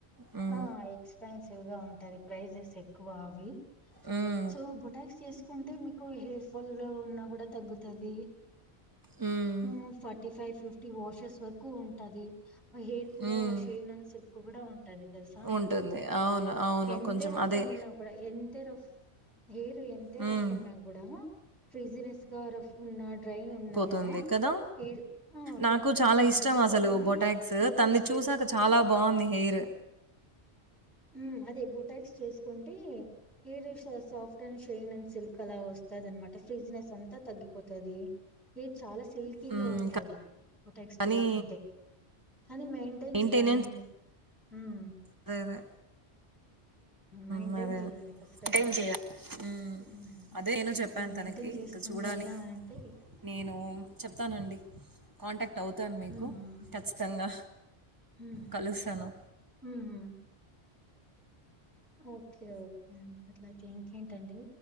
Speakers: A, on the right; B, in the centre.
A: హ్మ్.
B: ఆ ఎక్స్పెన్సివ్ గా ఉంటది ప్రైజెస్ ఎక్కువ అవి
A: హ్మ్.
B: సో బొటాక్స్ చేసుకు కుంటే మీకు హెయిర్ ఫాల్ ఉన్నా కూడా తగ్గుతాది.
A: హ్మ్.
B: మ్ ఫార్టీ ఫైవ్ ఫిఫ్టీ వాషర్స్ వరకు ఉంటాది. హెయిర్ కూడా
A: హ్మ్.
B: షైన్ అన్ సిల్క్ కూడా ఉంటది. తెలుసా
A: ఉంటుంది. అవును. అవును.
B: ఎంత
A: కొంచెం
B: రఫ్
A: అదే.
B: ఉన్నా కూడా ఎంత రఫ్ హెయిర్ ఎంత
A: హ్మ్.
B: రఫ్ ఉన్నా కూడా ఫ్రీజీనెస్గా రఫ్ ఉన్నా డ్రై ఉన్నా గూడా
A: తుంది కదా
B: హెయిర్ ఆ! క
A: నాకు చాలా
B: ఆ!
A: ఇష్టం
B: తగ్గిపోతుంది.
A: అసలు బొటాక్స్
B: బొటాక్స్
A: తంది
B: చేసుకుంటే
A: చూసాక చాలా బాంది హెయిర్
B: మ్ అదే బోటాక్స్ చేసుకుంటే హెయిర్ శా సాఫ్ట్ ఫ్ట్ షైన్ అండ్ సిల్క్ అలా వస్తా దనమాట ఫ్రీజినెస్ అంతా తగ్గిపోతది హెయిర్ చాలా సిల్కీగా
A: హ్మ్.
B: ఉంటది. బొటాక్స్
A: కానీ
B: చేసుకుంటే కానీ మెయింటైన్
A: మెయింటెనెన్స్
B: చేయాలండి. మ్
A: అదే అదే
B: మెయింటైన్
A: మ్ అదే
B: చేయాలి ఫస్ట్
A: <unintelligible>
B: ఆఫ్ ఆల్.
A: చేయ మ్
B: హ్మ్.
A: అదే నేను చెప్పాను
B: అలా మెయింటైన్
A: తనకి
B: చేసుకొని
A: ఇంక చూడాలి.
B: వెళ్ళామంటే
A: నేను చెప్తానండి. కాంటాక్ట్ టవుతాను మీకు
B: హ్మ్.
A: ఖచ్చితంగా
B: హ్మ్.
A: కలుస్తాను.
B: హ్మ్. హ్మ్. ఓకే ఓకే అండి. అట్లయితే ఇంకేంటండి.